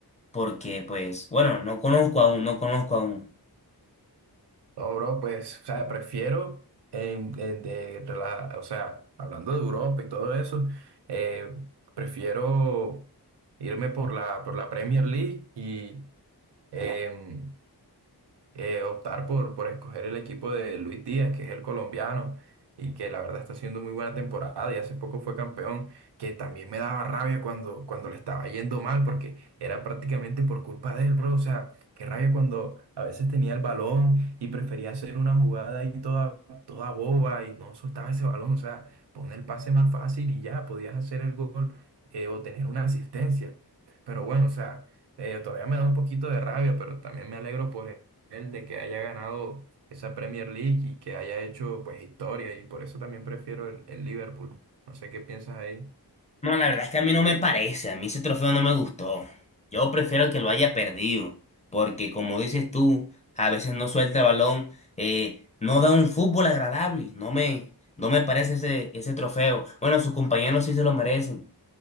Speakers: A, on the left; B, on the right.
A: porque pues, bueno, no conozco aún, no conozco aún.
B: No, bro, pues, o sea, prefiero, en, en- de, rela- o sea, hablando de Europa y todo eso, eh, prefiero irme por la, por la Premier League y, em, eh, optar por, por escoger el equipo de Luis Díaz, que es el colombiano, y que la verdad está haciendo muy buena temporada y hace poco fue campeón, que también me daba rabia cuando, cuando le estaba yendo mal, porque era prácticamente por culpa de él, bro. O sea, qué rabia cuando a veces tenía el balón y prefería hacer una jugada ahí toda, toda boba y no soltaba ese balón. O sea, pon el pase más fácil y ya podías hacer el gol eh, o tener una asistencia. Pero bueno, o sea eh, todavía me da un poquito de rabia, pero también me alegro por él él de que haya ganado esa Premier League y que haya hecho pues historia y por eso también prefiero el, el Liverpool. No sé qué piensas ahí.
A: No, la verdad es que a mí no me parece, a mí ese trofeo no me gustó. Yo prefiero que lo haya perdido, porque como dices tú, a veces no suelta el balón, eh, no da un fútbol agradable, no me, no me parece ese, ese trofeo. Bueno, sus compañeros sí se lo merecen,